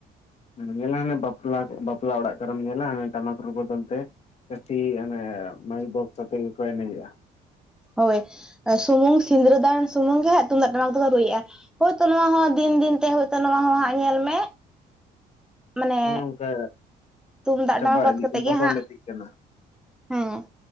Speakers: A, on the left; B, in the centre.
A: ᱧᱮᱞ ᱦᱚᱸ ᱦᱟᱱᱮᱢ ᱵᱟᱯᱞᱟ ᱵᱟᱯᱞᱟ ᱚᱲᱟᱜ ᱠᱨᱮᱢ ᱧᱮᱞᱟ ᱦᱟᱱᱮ ᱴᱟᱢᱟᱠ ᱨᱩ ᱵᱚᱫᱚᱞᱛᱮ ᱡᱟᱹᱥᱛᱤ ᱚᱱᱮ ᱢᱟᱭᱤᱠ ᱵᱚᱠᱥ ᱟᱛᱮ ᱜᱮᱠᱚ ᱮᱱᱮᱡᱮᱜ-ᱟ᱾
B: ᱦᱳᱭ ᱥᱩᱢᱩᱝ ᱥᱤᱸᱝᱨᱟᱹᱫᱟᱱ ᱥᱩᱢᱩᱝ ᱜᱮ ᱦᱟᱸᱜ ᱛᱩᱢᱫᱟᱜ ᱴᱟᱢᱟᱠ ᱫᱚᱠᱚ ᱨᱩᱭᱮᱜᱼᱟ᱾ ᱦᱳᱭ ᱛᱚ ᱱᱚᱣᱟ ᱦᱚᱸ ᱫᱤᱱ ᱫᱤᱱ ᱛᱮ ᱦᱳᱭ ᱛᱚ ᱱᱚᱣᱟ ᱦᱚᱸ ᱦᱟᱸᱜ ᱧᱮᱞ ᱢᱮ ᱢᱟᱱᱮ
A: ᱦᱮᱸ ᱚᱱᱠᱟ
B: ᱛᱩᱢᱫᱟᱜ
A: ᱪᱟᱵᱟ
B: ᱴᱟᱢᱟᱠ ᱵᱟᱫ
A: ᱤᱫᱤᱜ
B: ᱠᱟᱛᱮᱫ
A: ᱵᱚᱫᱚᱞ
B: ᱜᱮ ᱦᱟᱸᱜ
A: ᱤᱫᱤᱜ ᱠᱟᱱᱟ᱾
B: ᱦᱮᱸ